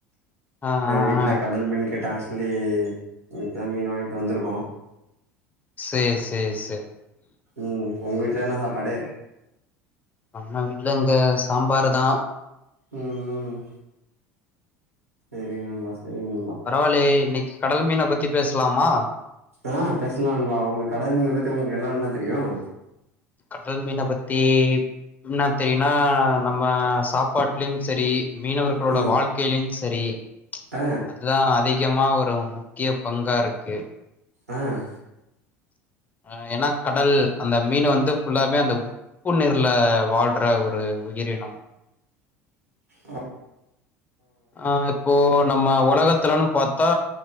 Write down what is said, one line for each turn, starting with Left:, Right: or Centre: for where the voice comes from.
Left: ஆ ஆ
Right: வீட்டுல
Left: ஆ
Right: கடல் மீன் கேட்டாங்கன்னு சொல்லி இப்போ தான் மீன் வாங்கிட்டு வந்துருக்கோம்
Left: சேரி சேரி சேரி
Right: ம் உங்க வீட்ல என்ன சாப்பாடு
Left: அண்ணா வீட்டுல இங்க சாம்பாரு தான்
Right: உம் உம் சேரி நண்பா சரி நண்பா
Left: பரவாயில்லயே இன்னைக் கடல் மீனை பத்தி பேஸ்லாமா
Right: ஆஹ் பேசலாம் நண்பா உங்க கடல் மீன பத்தி உங்களுக்கு என்னென்ன ரியும்
Left: கடல் மீனை பத்தி என்ன தெரியும்னா நம்ம சாப் பாட்டிலும் சரி மீனவர்களோட
Right: ம்
Left: வாழ்க்கையிலும் சரி
Right: ஆ
Left: அதுதான் அதிக கா முக்கியமா ஒரு முக்கிய பங்கா இருக்கு
Right: ஆஹ்
Left: அஹ் ஏன்னா கடல் அந்த மீனை வந்து ஃபுல்லாமே அந்த உப்பு நீர்ல வாழ்ற ஒரு உயிரினம்
Right: உஹ்
Left: ஆஹ் இப்போ நம்ம உலகத்துல பத்தா